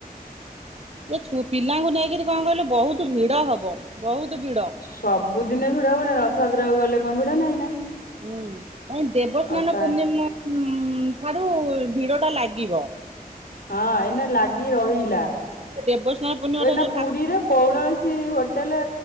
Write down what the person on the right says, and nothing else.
ଏ ଛୁ ପିଲାଙ୍କୁ ନେଇକରିକି କଣ କହିଲୁ, ବହୁତ ଭିଡ ହବ। ବହୁତ ଭିଡ
ହୁଁ ନାଇଁ ଦେବସ୍ନାନ
ପୂର୍ଣ୍ଣିମା ଠାରୁ ଭିଡ ଟା ଲାଗ କି ବ।
ଦେବସ୍ନାନ ପୂର୍ଣ୍ଣିମା
ଟା ଯୋଉ
ଠାକୁର